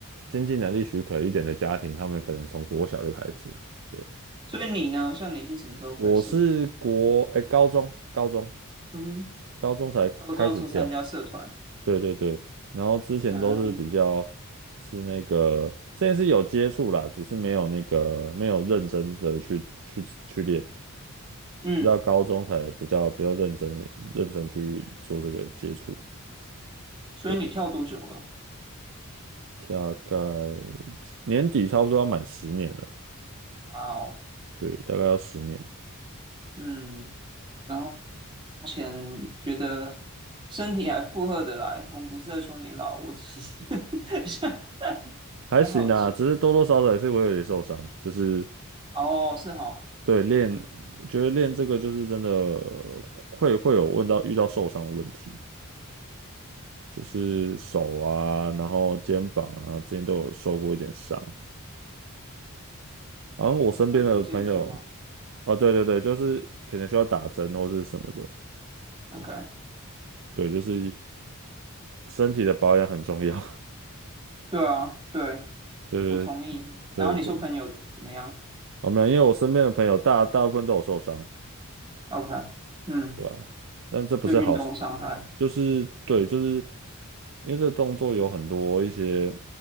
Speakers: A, on the right; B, on the right.
A: 经济能力许可一点的家庭，他们可能从国小就开始。对，
B: 所以你呢？像你是什么时候开始？
A: 我是国，哎，高中，高中，
B: 嗯哼，
A: 高中才开始跳。
B: 高中的时候参加社团，
A: 对对对，然后之前都是比较
B: 啊。
A: 是那个，之前是有接触啦，只是没有那个没有认真的去去去练，
B: 嗯，
A: 直到高中才比较比较认真认真去做这个接触。
B: 所以你跳多久了？
A: 对，大概年底差不多要满十年了，
B: 啊，哦，
A: 对，大概要十年，
B: 嗯，然后目前觉得身体还负荷得来，我们不是在说你老，我只是 <laughs> 在
A: 还行啦，
B: 是好奇。
A: 只是多多少少也是会有点受伤，就是
B: 哦，是哈，
A: 对练，
B: 嗯，
A: 觉得练这个就是真的会会有问到遇到受伤的问题。就是手啊，然后肩膀啊，之前都有受过一点伤。然后我身边的朋友，
B: 按复健科吗
A: 哦，对对对，就是可能需要打针或是什么的，
B: ？OK，
A: 对，就是身体的保养很重要。
B: 对啊，对，
A: <laughs> 对对
B: 我同意。
A: 对，
B: 然后你说朋友怎么样
A: 不，啊没有，因为我身边的朋友大大部分都有受伤，
B: ？OK，嗯，
A: 对吧？但这不是好事，
B: 就运动伤害。
A: 就是对，就是因为这个动作有很多一些